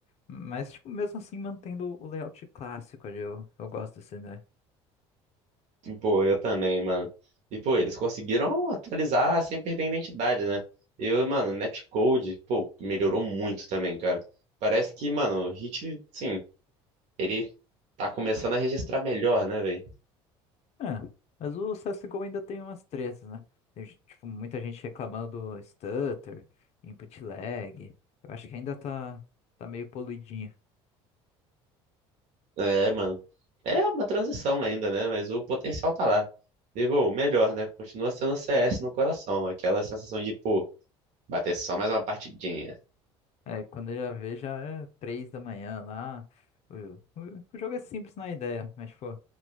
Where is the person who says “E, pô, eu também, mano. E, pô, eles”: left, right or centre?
Right